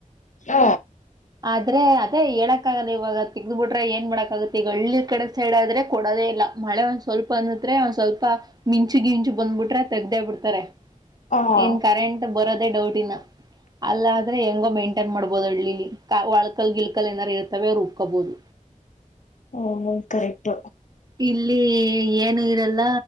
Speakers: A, on the left; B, on the right.
A: ಹ್ಮ.
B: ಆದ್ರೆ ಅದೇ <unintelligible> ಇವಾಗ ತಿಗಿದ್ಬಿಟ್ರೆ ಏನ್ ಮಾಡಕಕ್ಕಾಗುತ್ತೆ ಈಗ ಹಳ್ಳಿ ಕಡೆ ಸೈಡ್ ಆದ್ರೆ ಕೊಡದೇ ಇಲ್ಲ. ಮಳೆ ಒಂದ್ ಸ್ವಲ್ಪ ಅನುದ್ರೆ ಒಂದ್ ಸ್ವಲ್ಪ ಮಿಂಚುಗಿಂಚು ಬಂದ್ಬಿಟ್ರೆ. ತೆಗ್ದೇ ಬಿಡ್ತಾರೆ.
A: ಹ
B: ಇನ್ ಕರೆಂಟ್ ಬ ಅದೆ ಡೌಟ್ ಇಿನ ಅಲಾದ್ರೆ ಹೆಂಗೋ ಮೇಂಟೈನ್ ಮಾಡ್ಬೋದು ಹಳ್ಳಿಲ್ಲಿ. ವಳಕಲ್ ಗಿಲ್ಕಲ್ ಏನಾರ ಇರ್ತವೆ ರೂಬ್ಕೋಬೋದು.
A: ಹ್ಮ ಕರೆಕ್ಟ್.
B: ಇಲ್ಲಿ ಏನು ಇರಲ್ಲ